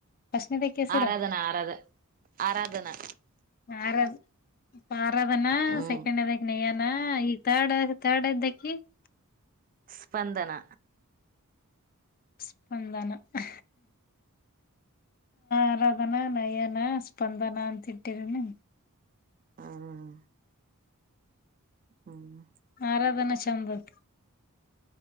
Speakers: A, on the left; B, on the right.
A: ಫಸ್ಟ್ನೇದಕಿ ಹೆಸರು
B: ಆರಾಧನಾ ಆರಾಧ ಆರಾಧನಾ
A: ಆರಾಮ್ ಪಾರ ಅದನಾ
B: ಹ್ಮ್
A: ಸೆಕೆಂಡ್ ಇದದಕ ನೇಯ್ಯನಾ ಈಗ ತರ್ಡ್ ತರ್ಡ್ ಇದ್ದಕಿ <inaudible>
B: ಸ್ಪಂದನ
A: ಸ್ಪ್ಪಂದಾನ ಹ ಆರಾಧನಾ ನಯನಾ ಸ್ಪಂದನಾ ಅಂತ ಇಟ್ಟರಿನ
B: ಹ್ಮ ಹ್ಮ್
A: ಆರಾಧನಾ ಚಂದದ